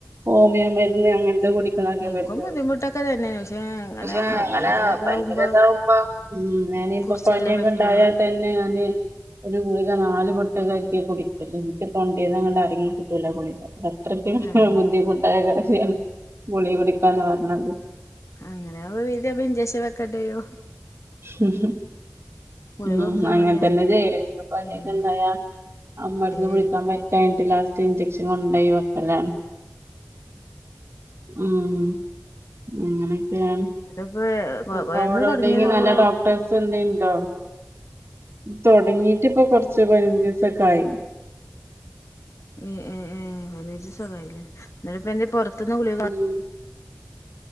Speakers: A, on the right (about 60°); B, on the left (about 70°).
A: ഹോമിയോ മരുന്ന് അങ്ങൻ ത് കുടിക്കണൊക്കെ
B: എനിക്കും
A: പറ്റാെള്ളു
B: ബുദ്ധിമുട്ടൊക്കെ തന്നെയാണ് പക്ഷെ അങ്ങനെ
A: ക്ഷേ അങ്ങനെ
B: ഭയങ്കര ഇതാവുമ്പോ
A: ഭയങ്കരതാവുമ്പോ ഉം ഞാനിപ്പോ
B: കുടിച്ചല്ലേ
A: പനിയൊക്കെണ്ടായാ
B: പറ്റുള്ളൂ
A: തന്നെ ഞാന് ഒര് കു ളിക നാല് പൊട്ടൊക്കെ ആക്ക്യ കുടിക്കല് ൻക്ക് തൊണ്ടേന്നങ്ങട് എറങ്ങി കി ട്ടൂല ഗുളിക അത്രയ്ക്കും
B: ഉം
A: ബുദ്ധിമുട്ടായ കാര്യാണ് ഗുളിക കുടിക്കാന്ന് പറഞ്ഞാല്
B: അങ്ങനെ ആവുമ്പോ ഇഞ്ചക്ഷൻ വെക്കേണ്ടി വരും
A: ഹും
B: ഗുളിക
A: ഹും
B: കൊടുക്കാൻ
A: അങ്ങൻത്തന്നെ
B: മടിയാവുമ്പോ
A: ചെയ്യല് ൻക്ക് പനി
B: ഉം
A: ഒക്കെണ്ടായാ ആ മര്ന്ന്
B: ഏയ്
A: കുടിക്കാൻ പറ്റായ് ട്ട് ലാസ്റ്റ് ഇഞ്ചെക്ഷൻ കൊണ്ടോയി വെക്കലാണ് ഉം അങ്ങനൊക്കെയാണ്
B: എന്നിട്ടിപ്പോ
A: അപ്പൊ അവ്ടെ
B: എന്ന് തുടങ്ങിയതാപ്പോ
A: ഒവ്ടെങ്കി നല്ല ഡോക്ടേഴ്സ് ന്തേ ണ്ടോ തൊട്ങ്ങീട്ട്പ്പൊ കൊർച്ച് പയ്നഞ്ചിസൊക്കായി
B: ഉം ഉം ഉം അതേത് സുഖായില്ലേ ന്നിട്ട്പ്പെന്തേ പാെറത്ത്ന്ന് ഗുളിക വാ
A: ഉം